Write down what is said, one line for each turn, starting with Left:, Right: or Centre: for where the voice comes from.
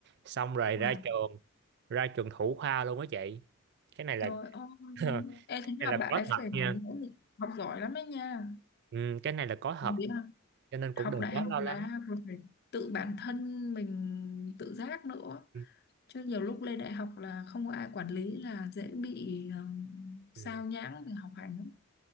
Right: xong rồi
Left: wow
Right: ra trường ra trường thủ khoa luôn á chị cái này là
Left: trời ơi
Right: <laughs>
Left: em
Right: cái
Left: thấy
Right: này
Left: là
Right: là
Left: bạn
Right: có
Left: ấy
Right: thật
Left: phải
Right: nha
Left: nỗ lực học giỏi lắm đấy nha
Right: ừ, cái này là có
Left: Em
Right: thật
Left: nghĩ là
Right: cho nên cũng
Left: học
Right: đừng
Left: đại
Right: quá
Left: học
Right: lo lắng
Left: là còn phải tự bản thân mình tự giác nữa
Right: ừ.
Left: chứ nhiều lúc lên đại học là không có ai quản lý là dễ bị ừm, sao
Right: ừ.
Left: nhãng về học hành lắm